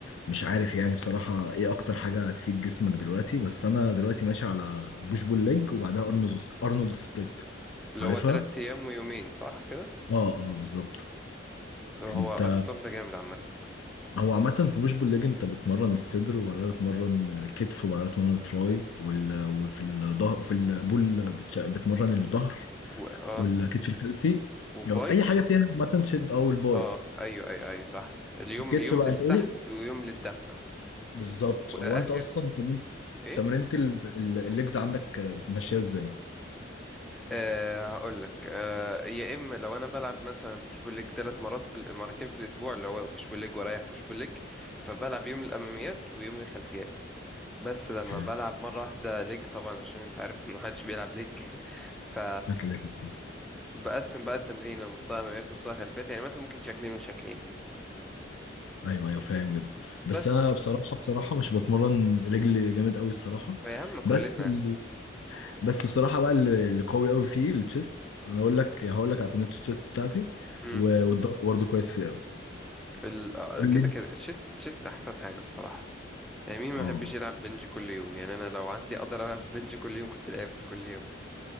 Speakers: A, on the left; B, in the centre.
A: مش عارف يعني بصراحه ايه اكتر حاجه هتفيد جسمك دلوقتي بس انا دلوقتي ماشي على بوش بول ليج وبعدها ارنولد ارنولد سبليت
B: اللي
A: عارفها
B: هو تلات ايام ويومين صح كده
A: اه اه بالظبط
B: هو
A: انت
B: النظام ده جامد عامة
A: هو عامه في بوش بول ليج انت بتمرن الصدر وبعدها بتمرن كتف وبعدها بتمرن تراي وال... وفي الظهر في البول بتش... بتمرن الظهر
B: بالظبط. و... اه
A: والكتف الخلفي
B: وباي
A: يقعد اي حاجه فيها عامه شد اه والباي
B: اه ايوه ايوه ايوه صح اليوم
A: الكتف
B: يوم
A: بقى
B: للسحب
A: انت قولي
B: ويوم للدفع
A: بالظبط
B: واخر
A: هو انت اصلا تمرين
B: ايه
A: تمرينة ال- ال- الليجز عندك بتمشيها ازاي
B: أه هقول لك أه يا اما لو انا بلعب مثلا بوش بول ليج ثلاث مرات في ال- مرتين في الاسبوع اللي هو بوش بول ليج ورايح بوش بول ليج فبلعب يوم الاماميات ويوم الخلفيات بس لما
A: حلو
B: بلعب مره واحده ليج طبعا عشان انت عارف ان محدش بيلعب ليج <laughs> ف
A: انا كده كده.
B: بقسم بقى التمرين نصها اماميات نصها خلفيات يعني مثلا ممكن شكلين وشكلين
A: ايوه ايوه فاهم جدا بس
B: بس
A: انا بصراحه بصراحه مش بتمرن رجل جامد قوي الصراحه
B: يا عم كلنا
A: بس ال- بس بصراحه بقى اللي اللي قوي قوي فيه التشيست انا اقول لك هقول لك على تمرينة التشيست بتاعتي
B: مم.
A: و- والظهر برضه كويس فيه قوي
B: ال... آه،
A: قول
B: كده
A: لي
B: كده الشيست تشيست احسن حاجه الصراحه يعني مين ما
A: اه
B: يحبش يلعب بنج كل يوم يعني انا لو عندي اقدر العب بنج كل يوم كنت لعبت كل يوم